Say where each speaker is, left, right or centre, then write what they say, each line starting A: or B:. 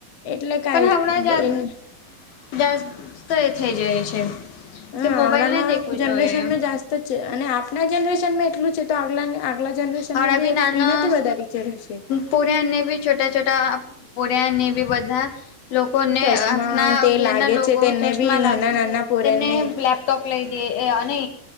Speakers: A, on the left; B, on the left.
A: એટલે કઈ
B: પણ હમણાં જા
A: એને
B: જાસ્ત થઈ જાય છે
A: હા
B: કે મોબાઈલ
A: આવડાના
B: નહી દેખવું
A: જનરેશનમાં
B: જોઈએ
A: જાસ્ત જ છે અને આપના જનરેશન માં એટલું છે તો આગલા આગલા જનરેશનમાં
B: હવડા
A: બી
B: નાના
A: એનાથી વધારેચ હશે
B: પોર્યાને બી છોટા છોટા પોર્યાને બી બધા લોકોને
A: ચશ્મા
B: આપના
A: તે
B: ઘેરના
A: લાગે
B: લોકો
A: છે તેને
B: ચસ્ટમાં
A: બી નાના
B: લાગે છે
A: નાના પોરેને
B: તેમને લેપટોપ લઈ દે અને